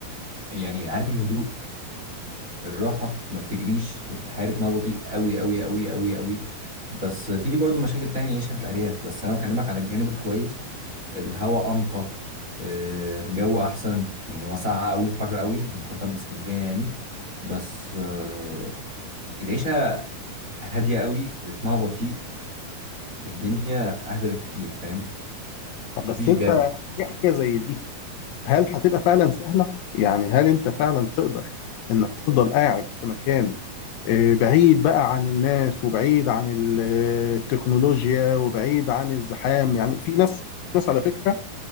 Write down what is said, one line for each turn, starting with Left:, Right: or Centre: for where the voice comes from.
Right: يعني عارف الهدوء الراحه ما بتجريش الحياه رتمها بطيء قوي قوي قوي قوي قوي بس في برضو مشاكل تانية نعيشها في الارياف بس انا بكلمك على الجانب الكويس الهواء انقى آه، الجو احسن يعني هو ساقع قوي وحر قوي مقارنه باسكندريه يعني بس آه، العيشه هاديه قوي رتمها بطيء الدنيا اهدى بكتير فاهم
Left: طب بس
Right: مفيش
Left: انت
Right: جري
Left: حاجة حاجة زي دي هل هتبقى فعلا سهلة؟ يعني هل انت فعلا تقدر انك تفضل قاعد في مكان آه، بعيد بقى عن الناس وبعيد عن ال- آه، التكنولوجيا وبعيد عن الزحام يعني في ناس في ناس على فكرة